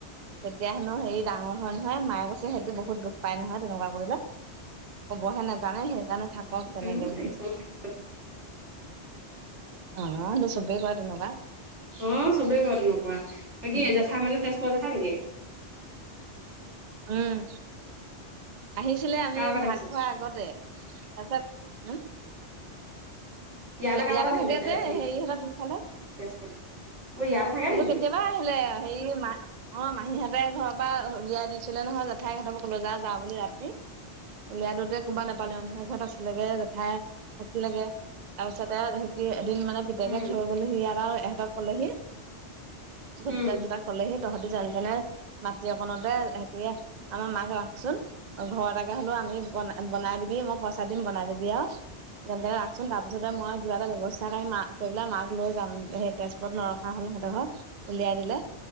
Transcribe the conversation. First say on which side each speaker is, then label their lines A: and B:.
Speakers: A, on the right; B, on the right.
A: তেতিয়া হেনো হেৰি ডাঙৰ হয় নহয় মায়ে কৈছে সিহঁতি বহু বহুত দুখ পাই নহয় তেনেকুৱা কৰিলে কবহে নাজানে সেইকাৰণে থাকক তেনেকে
B: উম একো নহয়
A: অ চবেই কৰে তেনেকুৱা
B: হম চবে কৰে তেনেকুৱা এ
A: উম
B: কি জেঠাই মানে তেজপুৰ জেঠাই নেকি
A: উম আহিছিলে আমি
B: কাৰ লগত
A: ভাত
B: আহিছে
A: খোৱাৰ আগতে তাৰ পিছত উম
B: ইয়ালৈ
A: ইয়াতে
B: কাৰ লগত আহিলে
A: থাকে যে
B: হেৰি
A: সেইহঁতৰ পিছফালে।
B: তেজপুৰ অ ইয়াতে থাকে
A: সেইটো
B: নেকি
A: কেতিয়াবা আহিলে হেৰি ম অ মাহীহঁত তাই ঘৰৰ পৰা উলিয়াই দিছিলে নহয় জেঠাই সহঁতৰক কলে যা যাওঁ বুলি ৰাতি। উলিয়াই দিওঁতে কোবা নাপালে মানুহে ঘৰত আছিলেগে জেঠাই থাকিলেগে তাৰপিছতে সে কি এদিন মানে পিতেকে
B: উম
A: থৈ গ'লহি ইয়াত আৰু ইহঁতক থলেহি ভৰ
B: উম
A: দুটা কলেহে তহতি যে তেনে মাটি অকনতে হ আমাৰ মাক ৰাখচোন ঘৰত আগে হলেও বুলি ব বনাই দিবি মই পইচা দিম বনাই দিবি আৰু তেনেকে ৰাখচোন ত তাৰপিছতে মই কিবা এটা ব্যৱস্থা কৰি মাক কৰি পেলাই মাক লৈ যাম। সেই তেজপুৰত নৰখা হলে উলিয়াই দিলে